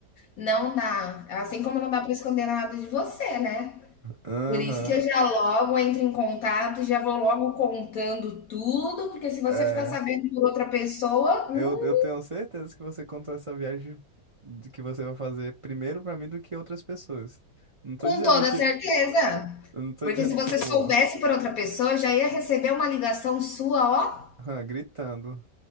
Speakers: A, on the left (about 75°); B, on the right (about 60°).
A: Não dá, assim como não dá para esconder nada de você, né.
B: Aham.
A: Por isso que eu já logo entro em contato, já vou logo contando tudo, porque se você
B: É.
A: ficar sabendo por outra pessoa,
B: Eu,
A: hum,
B: eu tenho certeza que você contou essa viagem de que você vai fazer primeiro pra mim do que outras pessoas. Não tô
A: com
B: dizendo,
A: toda
B: tipo,
A: certeza.
B: eu não tô
A: Porque
B: dizendo,
A: se você
B: tipo,
A: soubesse por outra pessoa, já ia receber uma ligação sua, ó
B: <laughs> ah, gritando,